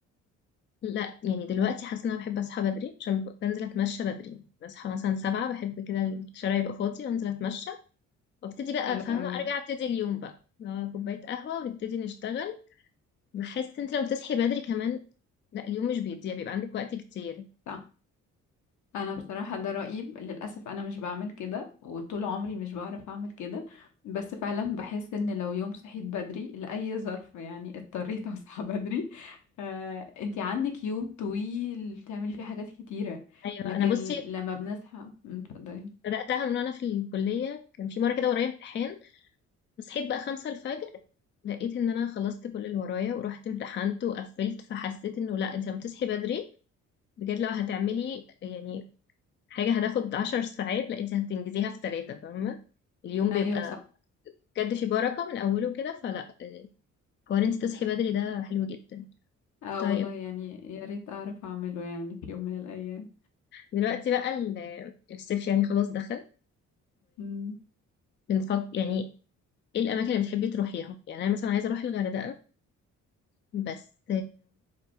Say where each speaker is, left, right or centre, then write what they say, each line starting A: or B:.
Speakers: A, on the left; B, on the left.
A: لا يعني دلوقتي حاسه ان انا بحب اصحى بدري عشان ب- بنزل اتمشى بدري بصحى مثلا سبعة بحب كده الشارع يبقى فاضي وانزل اتمشى وابتدي بقى
B: حلو
A: فاهمه
B: قوي
A: ارجع ابتدي اليوم بقى لو كوبايه قهوه ونبتدي نشتغل بحس انت لو بتصحي بدري كمان لا اليوم مش بيضيع بيبقى عندك وقت كتير
B: صح انا بصراحة ده رأيي للأسف انا مش بعمل كده وطول عمري مش بعرف اعمل كده بس فعلا بحس ان لو يوم صحيت بدري لأي ظرف يعني اضطريت <laughs> اصحى بدري آه، انتي عندك يوم طويل تعملي فيه حاجات كتيرة
A: ايوه
B: لكن
A: انا بصي
B: لما بنصحى مم، اتفضلي
A: بدأتها من وأنا في الكلية كان في مرة كده ورايا امتحان فصحيت بقى خمسة الفجر لقيت إن أنا خلصت كل اللي ورايا ورحت امتحنت وقفلت فحسيت إنه لأ أنت لما تصحي بدري بجد لو هتعملي يعني حاجة هتاخد عشر ساعات لأ أنت هتنجزيها في ثلاثة فاهمة اليوم بيبقى
B: ايوه صح
A: بجد في بركة من أوله كده فلأ آه، حوار أنت تصحي بدري ده حلو جدا
B: اه
A: طيب
B: والله يعني يا ريت اعرف اعمله يعني في يوم من الايام
A: دلوقتي بقى ال- الصيف يعني خلاص دخل
B: مم،
A: وبنفكر يعني إيه الأماكن اللي بتحبي تروحيها يعني أنا مثلا عايزة أروح الغردقة بس